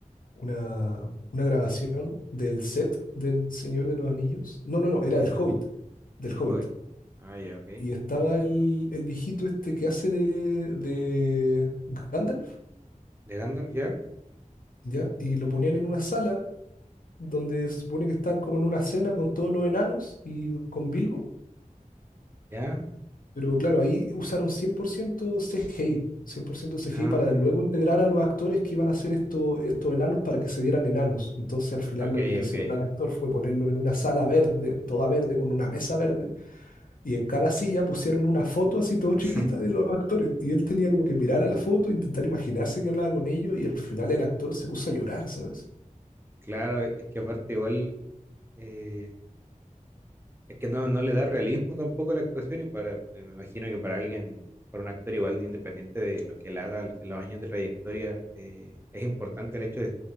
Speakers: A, on the left; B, on the right.
A: una, una grabación del set del Señor de los Anillos. No, no, no, era
B: Ya,
A: del Hobbit, del
B: del
A: Hobbit.
B: Hobbit. Ah, ya, ok.
A: Y estaba el, el viejito este que hace de, de Gandalf,
B: ¿De Gandalf ya?
A: ¿ya? Y lo ponían en una sala donde se supone que están como en una cena con todos los enanos y con Bilbo.
B: Ya.
A: Pero claro, ahí usaron 100% CGI, 100% CGI
B: Ah,
A: para luego integrar a los actores que iban a hacer esto- estos enanos para que se vieran enanos. Entonces al final
B: ok,
A: lo que le hicieron
B: ok.
A: al actor fue ponerlo en una sala verde, toda verde, con una mesa verde, y en cada silla pusieron una foto así todo chiquita
B: <laughs>
A: de los actores. Y él tenía como que mirar a la foto, intentar imaginarse que hablaba con ellos, y al final el actor se puso a llorar, ¿sabes?
B: Claro, es que aparte igual, eh, es que no, no le da realismo tampoco a la actuación y para, eh, me imagino que para alguien, para un actor igual de independiente de lo que él haga, de los años de trayectoria, eh, es importante el hecho de